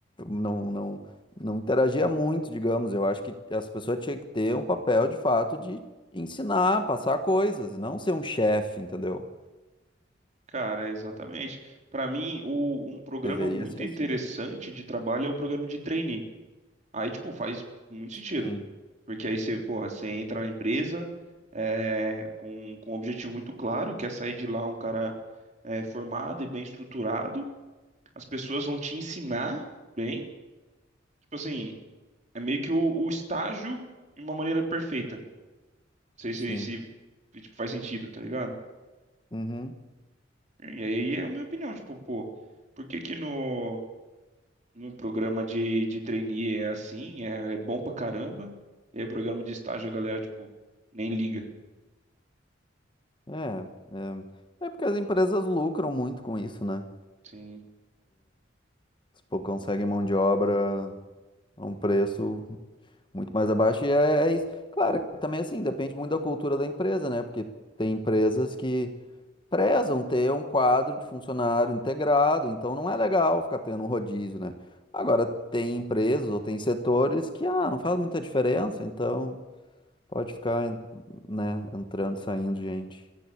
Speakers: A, on the left (about 25°); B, on the right (about 40°).
A: não, não, não interagia muito, digamos. Eu acho que essa pessoa tinha que ter um papel de fato de ensinar, passar coisas, não ser um chefe, entendeu?
B: Cara, exatamente. Para mim, o- um programa
A: Deveria
B: muito
A: ser
B: interessante
A: assim.
B: de trabalho é o programa de trainee. Aí, tipo, faz muito sentido.
A: Sim,
B: Porque aí você, porra, você entra na empresa é, com, com um objetivo muito claro, que é sair de lá um cara é, formado e bem estruturado. As pessoas vão te ensinar bem. Tipo assim, é meio que o, o estágio de uma maneira perfeita. Não sei se,
A: sim.
B: se, tipo, faz sentido, tá ligado?
A: Uhum.
B: E aí é a minha opinião, tipo, pô, por que que no. No programa de, de trainee é assim, é, é bom pra caramba. E aí, programa de estágio, a galera, tipo, nem liga.
A: É, é, é porque as empresas lucram muito com isso, né?
B: Sim,
A: Se pô, conseguem mão de obra a um preço muito mais abaixo, e é, é isso. Claro, também assim, depende muito da cultura da empresa, né? Porque tem empresas que prezam ter um quadro de funcionário integrado, então não é legal ficar tendo um rodízio, né? Agora, tem empresas ou tem setores que, ah, não faz muita diferença, então pode ficar, né, entrando e saindo gente.